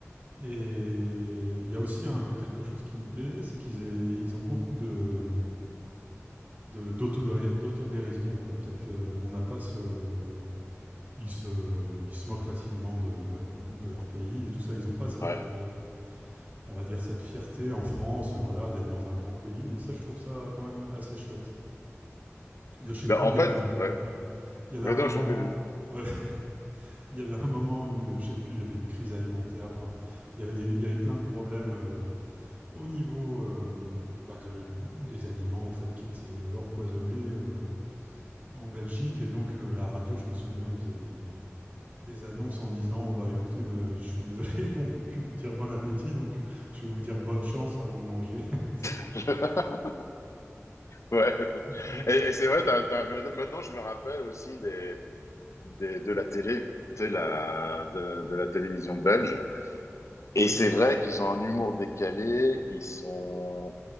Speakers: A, on the right (about 35°); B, on the left (about 70°).
A: Et il y a aussi un- quelque chose qui me plaisait, c'est qu'ils aient- ils ont beaucoup de, de- d'autodé- d'autodérision, quoi. Peut-être euh, on n'a pas ce... Ils se, ils se moquent facilement de, de leur pays et tout ça. Ils n'ont pas cette,
B: Ouais.
A: euh, on va dire, cette fierté en France, euh, voilà, d'être dans un grand pays. Et ça, je trouve ça quand même assez chouette. De, je sais
B: Ben,
A: plus,
B: en
A: il y
B: fait,
A: avait un,
B: ouais.
A: ouais, il y avait
B: Vas-y,
A: un moment...
B: non, je t'en prie, vas-y.
A: ouais, Il y avait un moment, une, euh, je sais plus, il y avait une crise alimentaire. Enfin, il y avait des, il y avait plein de problèmes euh, au niveau euh, bah, de- des aliments en fait qui étaient euh, empoisonnés euh, en Belgique. Et donc euh, à la radio, je me souviens, ils faisaient des, des annonces en disant, bah écoutez, me- je suis désolé, <laughs> on peut plus vous dire bon appétit, donc je vais vous dire bonne chance avant de manger. <laughs> C'est-
B: <laughs> Ouais.
A: donc,
B: Et, et c'est vrai, t'as- t'as- mais maintenant je me rappelle aussi des, des- de la télé, tu sais, la, de, de la télévision belge. Et c'est vrai qu'ils ont un humour décalé, ils sont,